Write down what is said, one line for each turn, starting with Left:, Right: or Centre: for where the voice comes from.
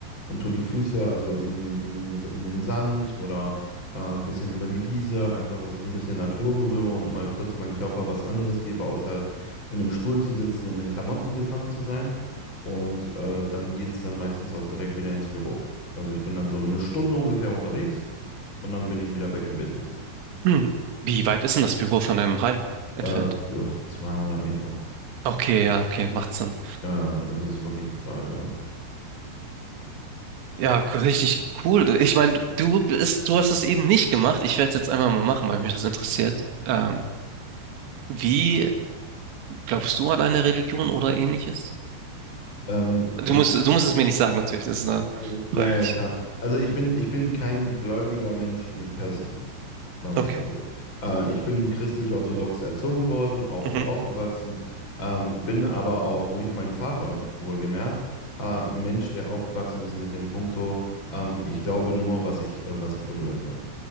Left: und tue die Füße also in den, in den, in den Sand oder äh, ein bisschen über die Wiese, einfach, dass ich ein bisschen Natur berühre und mal kurz meinem Körper was anderes gebe, außer in einem Stuhl zu sitzen und in Klamotten gefangen zu sein. Und äh, dann geht es dann meistens auch direkt wieder ins Büro. Also ich bin dann so eine Stunde ungefähr unterwegs und dann bin ich wieder back in Business.
Right: Hm, Wie weit ist denn das Büro von deinem Heim entfernt?
Left: Äh, ja, 200 Meter.
Right: Okay, ja, okay, macht Sinn.
Left: Äh, also es ist wirklich nicht weit. ja.
Right: Ja, k- richtig cool. Ich meine, du bist, du hast es eben nicht gemacht. Ich werde es jetzt einmal mal machen, weil mich das interessiert. Ähm, wie glaubst du an eine Religion oder ähnliches?
Left: Ähm,
Right: Du
Left: ich,
Right: musst, du musst es mir nicht sagen, natürlich. Das ist eine
Left: äh, ja,
Right: freiwillig.
Left: ja, klar. Also ich bin, ich bin kein gläubiger Mensch äh, per se. Sagen wir
Right: Okay.
Left: es mal so. Äh, ich bin christlich-orthodox erzogen worden, auch
Right: Mhm.
Left: so aufgewachsen, ähm, bin aber auch durch meinen Vater, wohlgemerkt, äh, ein Mensch, der aufgewachsen ist mit dem Punkto, ähm, ich glaube nur, was ich, äh, was ich berühren kann.